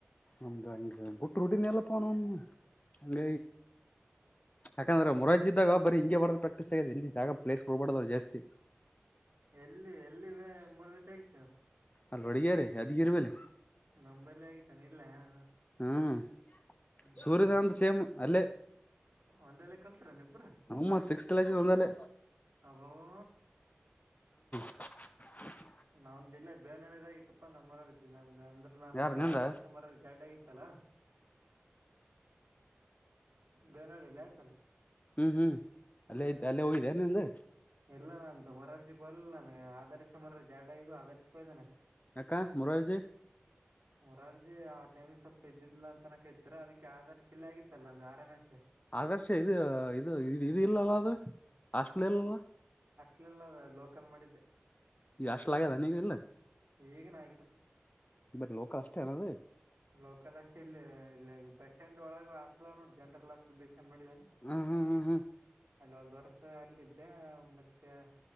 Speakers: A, on the left; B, on the right.
A: ಆಮ್ದಂಗಟ್ಟ ರರುಡಿಿನಲ್ಲ ಪಣಣ ಅಲ್ಲ ಯಾಕಂದ್ರ ಮುರಾರ್ಜಿ ಇದ್ದಾಗ ಬರೀ ಹಿಂಗೆ ಬರದ ಪ್ರಾಕ್ಟೀಸ್ ಆಗ್ಯದ ಎಲ್ಲಿ ಜಾಗ ಪ್ಲೇಸ್ ಕೊಡಬಾರದು ಜಾಸ್ತಿ.
B: ಎಲ್ಲಿ ಎಲ್ಲಿ ಮುರಾರ್ಜಿ ಆಗಿತ್ತು.
A: ಅಲ್ಲಿ ವಡಿಗೇರಿ ಯಾದಗಿರ ಬಲ್ಲಿ.
B: ನಂಬಲ್ಲಿ ಆಗುತ್ತನು ಇಲ್ಲಯ್ಯ
A: ಹ್ಮ್
B: ಹ್ಮ
A: ಸೂರ್ಯಕಾಂತ್ ಸೇಮ್ ಅಲ್ಲೇ.
B: ಒಂದೆಲ್ಲೆ ಕಲ್ತರಿ ಅನು ಇಬ್ಬರು
A: ಹ್ಮ್ ಮತ್ ಸಿಕ್ಸ್ ಕ್ಲಾಸ್ ಒಂದಲ್ಲೇ
B: ಅಬ್ಬಬ್ಬಾ.
A: <inaudible>
B: ಅವಂದು ಇಲ್ಲೇ ಬೇವನಹಳ್ಳಿದಗ ಇತ್ತಪ್ಪ ನಮ್ ಮುರಾರ್ಜಿ ನಂದ ಅಂದ್ರೆ ನಾನು
A: ಯಾರ ನಿಂದ
B: ಆದಾರ ಸುಮಾರ ಜಾಡ್ ಆಗಿತ್ತಲ್ಲ. ಬೇವನಹಳ್ಳಿ ಇಲ್ಲಿ ಆಯ್ತಲ್ಲ. <inaudible>
A: ಹ್ಮ್ ಹ್ಮ್ ಅಲ್ಲೇ ಐತೆ ಅಲ್ಲೇ ಹೋಗಿದೆ ನಿಂದ
B: ಇಲ್ಲ ನಾನು ಮುರಾರ್ಜಿಗೋಲಿಲ್ಲ ನಾನ್ ಅ ಆದರ್ಶ ಮರ ಜಾಡ ಆಗಿದ್ದವು ಆದರ್ಶ ಹೋಗಿದ್ದೆ.
A: ಯಾಕ್ ಮುರಾರ್ಜಿ.
B: ಮುರಾರ್ಜಿ ಆ ಟೈಮಿ ಸ್ವಪ ಇದ್ದಿದ್ದಿಲ್ಲ ಅಂತನ ಕತ್ತಿದ್ರು ಅದಕ್ಕೆ ಆದರ್ಶ್ ಇಲ್ಲ ಆಗಿತಲ್ಲ ಆರ್‌ಎಂಎಸ್.
A: ಆದರ್ಶ ಇದು ಇದು ಇದು ಇದು ಇಲ್ಲಲ್ಲ ಅದು. ಹಾಸ್ಟೆಲ್ ಇಲ್ಲಲ್ಲ.
B: ಇಲ್ಲಲ್ಲ ಲೋಕಲ್ ಮಾಡಿದ್ದೆ.
A: ಈಗ ಹಾಸ್ಟೆಲ್ ಆಗ್ಯದ ಏನ್ ಇಲ್ಲ.
B: ಈಗನ್ ಆಗಿಲ್ಲ.
A: ಬರಿ ಲೋಕ ಅಷ್ಟೇ ಏನದ.
B: ಲೋಕಲ್ ಅಷ್ಟ ಇಲ್ಲಿ ಇಲ್ಲಿ ಬಸ್ ಸ್ಟ್ಯಾಂಡ್ ಒಳಗ ಹಾಸ್ಟೆಲ್ ಆವ ನೋಡ್ ಜನ್ರಲ್ ಹಾಸ್ಟ <unintelligible>
A: ಹ್ಮ್ ಹ್ಮ್ ಹ್ಮ್
B: ಅಲ್ಲಿ ಒಂದ್ ವರ್ಷ ಅಲ್ಲಿದ್ದೆ ಮತ್ತೆ